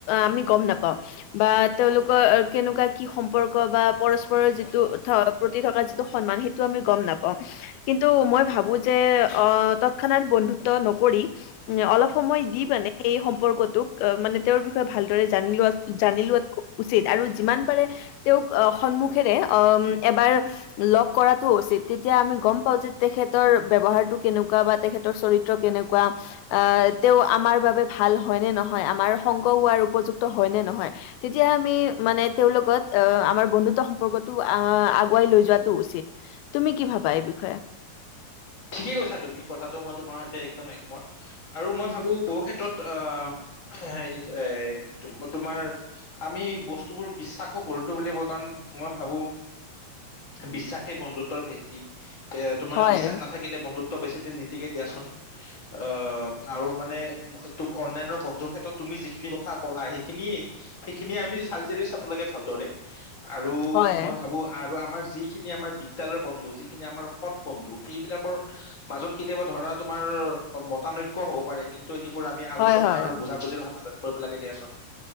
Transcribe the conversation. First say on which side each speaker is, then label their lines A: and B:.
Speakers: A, on the left (about 85°); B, on the left (about 45°).
A: আমি গম নাপাওঁ বা তেওঁলোকৰ কেনেকুৱা কি সম্পৰ্ক বা পৰশ পৰৰ যিটো উঠপ'। প্ৰতি থকা যিটো সন্মান সেইটো আমি গম নাপাওঁ, কিন্তু মই ভাবো যে অ তৎক্ষণাত বন্ধুত্ব নক কৰি উ অলপ সময় দি মানে সেই সম্পৰ্কত মানে তেওঁৰ বিষয়ে ভালদৰে যিটো জানি লোৱা জানি লোৱা টো উচিত আৰু যিমান তেওঁক সন্মুখেৰে অ এবাৰ লগ কৰাতটো উচিত তেতিয়া আমি গম পাও যে তেখেতৰ ব্যৱহাৰতো কেনেকুৱা বা তেখেতৰ চৰিত্ৰ কেনেকুৱা, আ তেওঁ আমাৰ বাবে ভাল হয়নে নহ আমাৰ সংগ হোৱাৰ উপযুক্ত হয় নে নহয়, তেতিয়া আমি মানে তেওঁৰ লগত আমাৰ বন্ধুত্ব সম্পৰ্কতটো'আ আগুৱাই লৈ যোৱাতটো উচিত। তুমি কি ভাবা এই বিষয়ে?
B: ঠিকেই কৈছা তুমি কথাটো মই তোমাৰ সৈতে একদম একমত আৰু মই ভাবো বহু ক্ষেত্ৰত আহ হ এ তোমাৰ আমি বস্তুবোৰ বিশ্বাসো গঢ়ি তুলিব লাগিব কাৰণ মই ভাবো বিশ্বাসেই বন্ধুত্বৰ ভেটি এ তোমাৰ
A: হয়
B: বিশ্বাস থাকিলে বন্ধুত্ব বেছি দিন নীতিকে দিয়াচোন আহ আৰু মানে অনলাইনৰ বন্ধুৰ ক্ষেত্ৰত তুমি যিখিনি কথা কলা সেইখিনিয়ে সেইখিনিয়ে আমি চালিজাৰি চাব লাগে ভালদৰে। আৰু
A: হয়
B: মই ভাবো আৰু আমাৰ যিখিনি আমাৰ বিদ্যালয়ৰ বন্ধু যিখিনি আমাৰ সৎ বন্ধু সেইবিলাকৰ মাজত কেতিয়াবা ধৰা তোমাৰ মতানৈক্য হ'ব পাৰে কিন্তু সেইবোৰ আমি আলোচনা
A: হয় হয়
B: আৰু বুজাবুজিৰে সমাধান কৰিব লাগে দিয়াচোন।